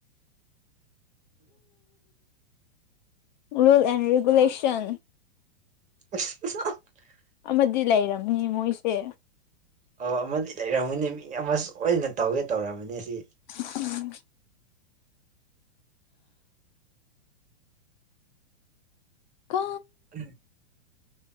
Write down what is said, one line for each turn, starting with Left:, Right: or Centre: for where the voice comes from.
Left: ꯔꯨꯜ ꯑꯦꯟ ꯔꯤꯒꯨꯂꯦꯁꯟ
Right: <unintelligible>
Left: ꯑꯃꯗꯤ ꯂꯩꯔꯝꯅꯤ ꯃꯣꯏꯁꯦ
Right: ꯑꯣ ꯑꯃꯗꯤ ꯂꯩꯔꯝꯃꯅꯤ ꯃꯤ ꯑꯃꯁꯨ ꯁꯣꯏꯗꯅ ꯇꯧꯒꯦ ꯇꯧꯔꯝꯅꯤ ꯁꯤ
Left: ꯎꯝ ꯀꯥ
Right: ꯎꯝ